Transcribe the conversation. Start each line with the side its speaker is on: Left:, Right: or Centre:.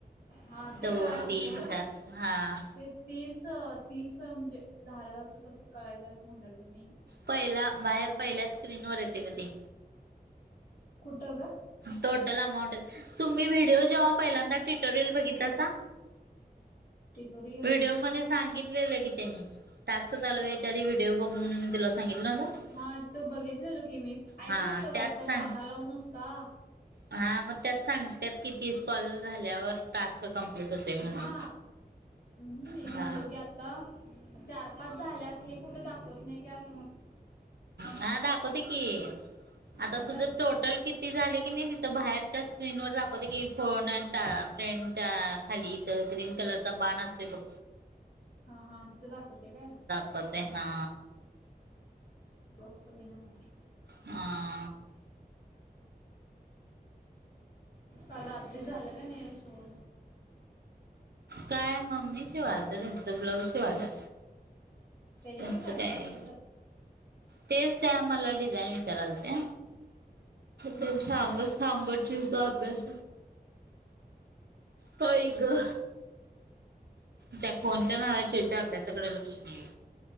Left: हा
Right: दोन
Left: ते कळालं
Right: तीन
Left: सोडं
Right: चार हा
Left: ते तीस तीस म्हणजे झालेलं जसं कसं कळायचं असं म्हटणलेलो मी.
Right: पहिला बाहेर पहिल्या स्क्रीन वर येते ब ती
Left: कुठ गं.
Right: टोटल अमाऊंट आहे तुम्ही व्हिडिओ जेव्हा पहिल्यांदा टुटोरियल बघितलासा.
Left: ट्युटोरियल
Right: व्हिडिओ मध्ये
Left: नाही.
Right: सांगित की त्यानी टास्क चालू होयचा आधी व्हिडिओ बघ म्हणून मी तुला सांगितलं होतं
Left: हा तू बघितलेलो की मी ऐकलो
Right: हा
Left: होतो
Right: त्यात
Left: ग असं
Right: सांग
Left: काना लावून नुसता.
Right: हा मग त्यात सांगितत कि तीस् कॉल झाल्यावर टास्क कम्प्लीट होते म्हणून
Left: हा हम्म मी
Right: ह..
Left: म्हणलो की चार पाच झाल्यात हे कुठे दाखवत नाही का अस.
Right: हा दाखवते की आता
Left: कशात
Right: तुझ. टोटल किती झाले की नाही तिथं बाहेरच्या स्क्रीनवर दाखवते की फोन अ टा फ्रेंडच्या खाली तर ग्रीन कलरचा बाण असते बघ.
Left: हा हा तिथे दाखवते काय.
Right: पते हा
Left: बघतो मी नंतर
Right: हा.
Left: काल रात्री झालं का नाही शोण
Right: काय मम्मी शिवालत्या तुमच ब्लाऊज शिवाल्या.
Left: त्याने
Right: त्यांच
Left: पण फॅशनचा
Right: काय आहे
Left: शिवतात
Right: तेच त्या मला डिझाईन विचारायल ते
Left: हा
Right: ते
Left: हा
Right: सांगच. सांबरची उद्या अभ्यास घे. त्या फोनच्या नादात चिऊ च्या अभ्यासाकडे लक्ष नही.